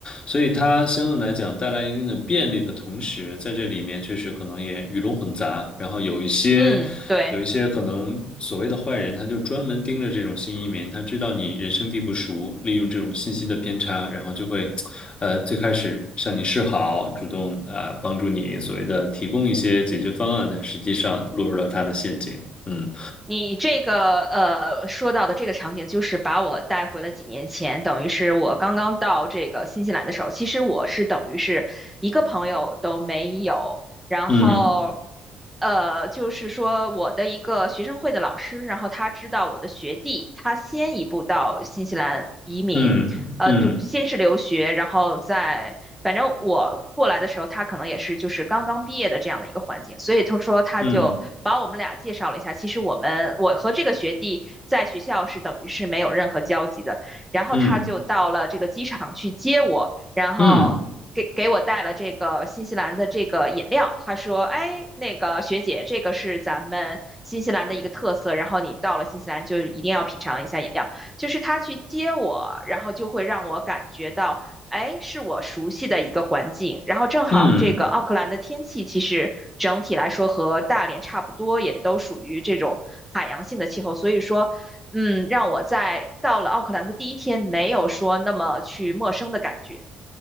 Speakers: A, on the left; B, in the centre.
A: 所以它相对来讲带来一定的便利的同时，在这里面确实可能也鱼龙混杂，然后有一些有一些可能所谓的坏人，
B: 嗯，对。
A: 他就专门盯着这种新移民，他知道你人生地不熟，利用这种信息的偏差，然后就会，呃，最开始向你示好，主动啊，呃帮助你所谓的提供一些解决方案，但实际上落入了他的陷阱。嗯
B: 你这个呃说到的这个场景，就是把我带回了几年前，等于是我刚刚到这个新西兰的时候。其实我是等于是一个朋友都没有，然后
A: 嗯
B: 呃，就是说我的一个学生会的老师，然后他知道我的学弟，他先一步到新西兰移民，
A: 嗯嗯
B: 呃读先是留学，然后再反正我过来的时候，他可能也是就是刚刚毕业的这样的一个环境，所以他说他就把我们俩介绍了一下。
A: 嗯
B: 其实我们我和这个学弟在学校是等于是没有任何交集的，然后他就到了这个机场去接我，
A: 嗯
B: 然后。
A: 嗯
B: 给给我带了这个新西兰的这个饮料，他说：“哎，那个学姐，这个是咱们新西兰的一个特色，然后你到了新西兰就一定要品尝一下饮料。”就是他去接我，然后就会让我感觉到，哎，是我熟悉的一个环境。然后正好这个奥克兰的天气其实整体来说和大连差不多，
A: 嗯
B: 也都属于这种海洋性的气候，所以说，嗯，让我在到了奥克兰的第一天没有说那么去陌生的感觉。